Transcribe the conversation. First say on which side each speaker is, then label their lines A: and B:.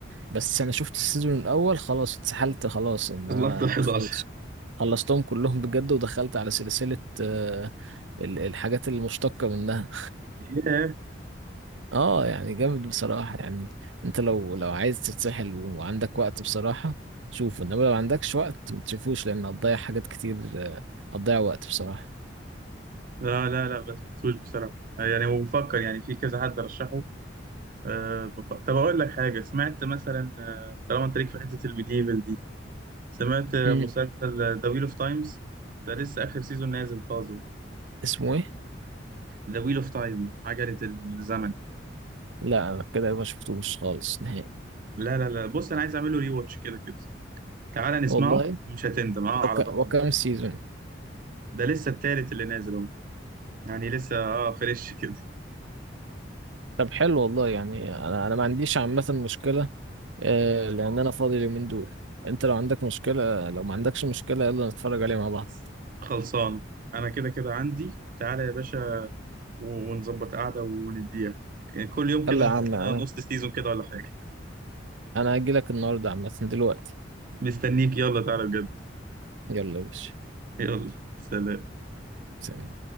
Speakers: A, on the right; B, on the right.
A: بس انا شفت السيزون الاول خلاص اتسحلت خلاص ان
B: اللقطة
A: انا
B: ال 11
A: خلص خلصتهم كلهم بجد ودخلت على سلسلة آه ال- الحاجات المشتقة منها
B: ياه
A: اه يعني جامد بصراحة يعني انت لو لو عايز تتسحل وعندك وقت بصراحة شوفه انما لو عندكش وقت ما تشوفوش لان هتضيع حاجات كتير آه، هتضيع وقت بصراحة
B: لا لا لا ما سمعتوش بصراحة آه، يعني وبفكر يعني في كذا حد رشحه أه بف... طب أقول لك حاجة سمعت مثلا آه، طالما أنت ليك في حتة الميديفال دي سمعت آه،
A: امم
B: مسلسل ذا ويل أوف تايمز ده لسه آخر سيزون نازل طازه
A: اسمه ايه؟
B: ذا ويل أوف تايم عجلة الزمن
A: لا انا كده ما شفتوش خالص نهائي
B: لا لا لا بص أنا عايز أعمل له ري واتش كده كده تعالى نسمعه
A: والله
B: مش هتندم أه
A: وك...
B: على ضمانتي
A: وكم سيزون
B: ده لسه التالت اللي نازل أهو يعني لسه أه فريش <laughs> كده
A: طب حلو والله يعني انا انا ما عنديش عامة مشكلة آه لان انا فاضي اليومين دول انت لو عندك مشكلة لو ما عندكش مشكلة يلا نتفرج عليه مع بعض
B: خلصان انا كده كده عندي تعالى يا باشا و- ونظبط قعده ونديها يعني كل يوم كده
A: يلا
B: نخبط
A: يا عم انا
B: لنا نص سيزون كده ولا حاجه
A: انا هجيلك النهاردة عامة دلوقتي
B: مستنيك يلا تعالى بجد
A: يلا يا باشا
B: يلا سلام
A: سلام